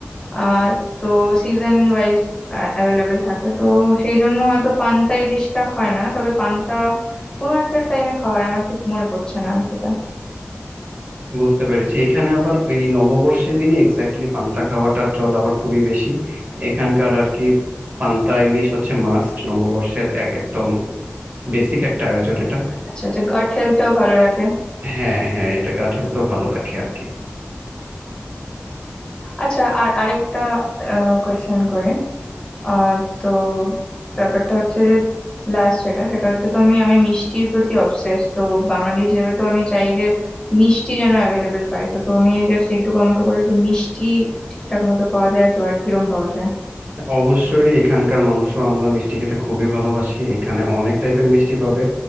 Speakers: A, on the left; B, on the right.
A: আহ তো সিজন ওয়াইজ অ্যাভেলেবেল থাকে তো সেই জন্য হয়তো পান্তা ইলিশটা হয় না তবে পান্তা কোনো একটা টাইমে খাওয়া হয় আমার ঠিক মনে পড়ছে না সেটা
B: বুঝতে পেরেছি এখানে আবার ওই নববর্ষের দিন এক্স্যাক্টলি পান্তা খাওয়াটার চল আবার খুবই বেশি এখানকার আর কি পান্তা ইলিশ হচ্ছে মাস্ট নববর্ষের এক একদম বেসিক একটা আয়োজন এটা
A: আচ্ছা আচ্ছা গাট হেলথটাও ভালো রাখে
B: হ্যাঁ হ্যাঁ এটা গা তো ভালো রাখে আর কি
A: আচ্ছা আর আরেকটা কোয়েশ্চেন করে আহ তো ব্যাপারটা হচ্ছে যে লাস্ট যেটা সেটা হচ্ছে তো আমি আমি মিষ্টির প্রতি অবসেস তো বাঙালি হিসেবে তো আমি চাই যে মিষ্টি যেন অ্যাভেলেবেল পাই তো তুমি জাস্ট এইটুকু আমাকে বলো যে মিষ্টি ঠিকঠাক মতো পাওয়া যায় তো আর কিরম পাওয়া যায়
B: অবশ্যই এখানকার মানুষও আমরা মিষ্টি খেতে খুবই ভালোবাসি এখানে অনেক টাইপের মিষ্টি পাবে